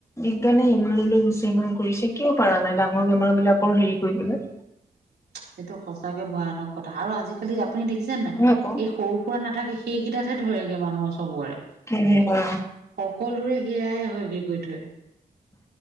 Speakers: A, on the left (about 15°); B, on the right (about 70°).
A: বিজ্ঞানে ইমানবোৰ দিছে, ইমান কৰিছে, কিয় পৰা নাই ডাঙৰ বেমাৰ বিলিলাকৰ হেৰি কৰিবলে।
B: সেইটো সঁচাকে ভয়ানক কথা আৰু আজিকালি আপুনি দেখিছে নাই?
A: হয় আকৌ
B: এই সৰু সুৰা নাথাকে সেইকেইটাতহে ধৰেগে মানুহৰ চবৰে।
A: কি হ <unintelligible>
B: সকলোৰে সেয়াই হয়গে গৈ থৈ।